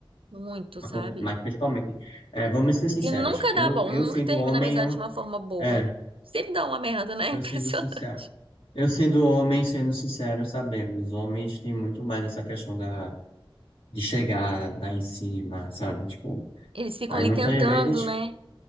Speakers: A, on the right (about 75°); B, on the left (about 75°).
A: muito,
B: acontece
A: sabe?
B: mas principalmente, é, vamos ser sinceros,
A: E nunca
B: eu,
A: dá bom,
B: eu
A: nunca
B: sendo
A: termina
B: homem,
A: a amizade
B: eu,
A: de uma forma boa.
B: é,
A: Sempre dá uma merda, né?
B: eu
A: <laughs> É Impressionante.
B: sendo sincero, eu sendo homem, sendo sincero, sabemos, os homens têm muito mais essa questão da de chegar, dar em cima, sabe? Tipo,
A: Eles ficam
B: aí
A: ali
B: muitas
A: tentando,
B: vezes,
A: né?